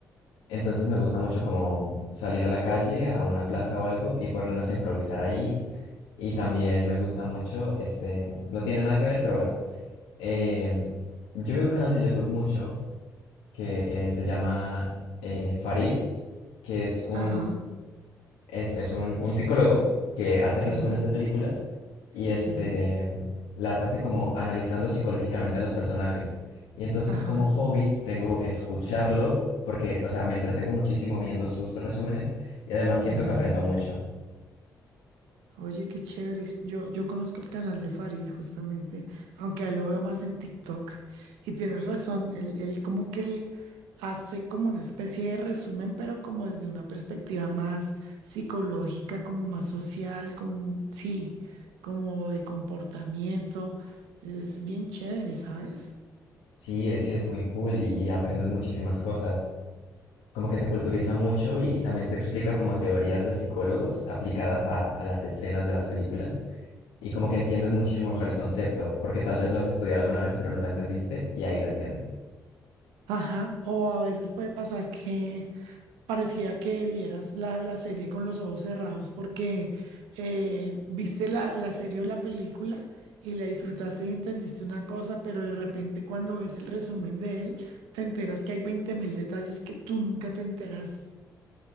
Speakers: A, on the left (about 80°); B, on the right (about 85°).
A: Entonces me gusta mucho como salir a la calle, a una plaza o algo y ponernos a improvisar ahí Y también me gusta mucho, este, no tiene nada que ver, pero bueno. em, yo veo un canal de YouTube mucho que eh, se llama eh, Farid, que es un,
B: Ajá,
A: es, es un, un psicólogo que hace
B: sí,
A: resúmenes de películas y este,
B: sí,
A: las hace como analizando psicológicamente a los personajes. Y entonces
B: ajá,
A: como hobby tengo escucharlo porque, o sea, me entretengo muchísimo viendo sus resúmenes y además siento
B: ajá.
A: que aprendo mucho.
B: Oye, qué chévere. Yo, yo conozco el canal de Farid justamente, aunque a él lo veo más en TikTok. Y tienes razón, él, él como que le hace como una especie de resumen, pero como desde una perspectiva más psicológica, como más social, como, un- sí, como de comportamiento. Es bien chévere, ¿sabes?
A: Sí, eh, sí es muy cool y aprendes muchísimas cosas. como que te culturiza mucho y, y también te explica como teorías de psicólogos aplicadas a, a las escenas de las películas y como que entiendes muchísimo mejor el concepto, porque tal vez lo has estudiado alguna vez pero no lo entendiste y ahí lo entiendes.
B: Ajá. O a veces puede pasar que... parecía que vieras la, la serie con los ojos cerrados porque eh, viste la, la serie o la película y la disfrutaste y entendiste una cosa, pero de repente cuando ves el resumen de él, te enteras que hay 20 mil detalles que tú nunca te enteraste.